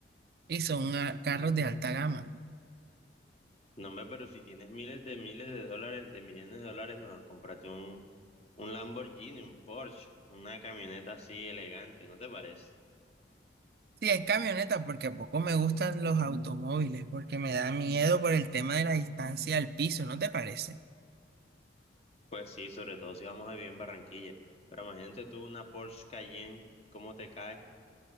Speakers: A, on the right; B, on the left.
A: Y son ah, carros de alta gama.
B: No, hombre, pero si tienes miles de miles de dólares, de millones de dólares, mejor cómprate un, un Lamborghini, un Porsche, una camioneta así elegante, ¿no te parece?
A: Sí, es camioneta, porque poco me gustan los automóviles, porque me da miedo por el tema de la distancia al piso, ¿no te parece?
B: Pues sí, sobre todo si vamos a vivir en Barranquilla. Pero imagínate tú una Porsche Cayenne, ¿cómo te cae?